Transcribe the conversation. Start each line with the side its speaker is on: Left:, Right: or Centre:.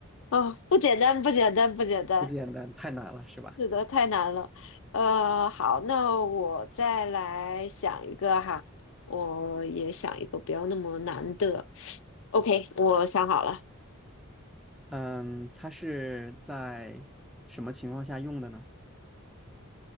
Left: 哦，不简单，不简单，不简单，
Centre: 不简单，太难了，是吧？
Left: 是的，太难了。呃，好，那我再来想一个哈，我也想一个不要那么难的。OK，我想好了。
Centre: 嗯，它是在什么情况下用的呢？